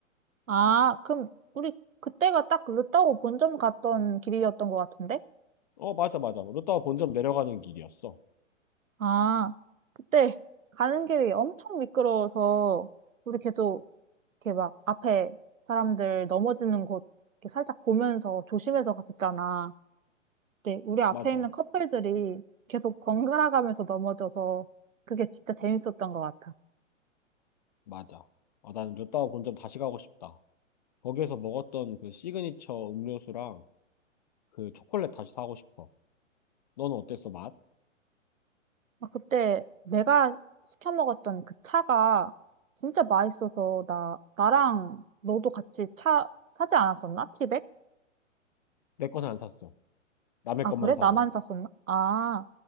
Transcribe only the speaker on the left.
어 맞아 맞아. 롯다워 본점 내려가는 길이었어.
맞아
맞아. 아 나는 롯다워 본점 다시 가고 싶다. 거기에서 먹었던 그 시그니처 음료수랑 그 초콜릿 다시 사고 싶어. 너는 어땠어 맛?
내 거는 안 샀어. 남의
것만
사고.